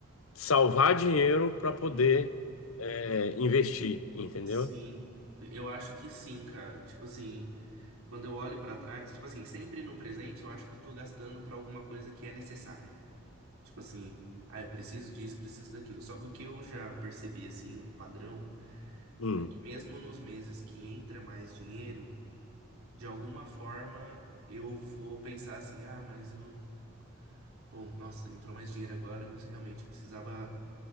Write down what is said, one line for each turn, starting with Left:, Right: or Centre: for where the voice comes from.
Left: salvar dinheiro para poder
Right: uhum,
Left: é, investir, entendeu?
Right: Sim. Eu acho que sim, cara. Tipo assim. Quando eu olho pra trás, tipo assim, sempre no presente eu acho que eu tô gastando pra alguma coisa que é necessária. Tipo assim, ah, eu preciso disso, eu preciso daquilo. Só que o que eu já percebi, assim, um padrão,
Left: Hum.
Right: é que mesmo nos meses que entra mais dinheiro, de alguma forma eu vou pensar assim, ah, mas eu. Bom, nossa, entrou mais dinheiro agora, eu realmente precisava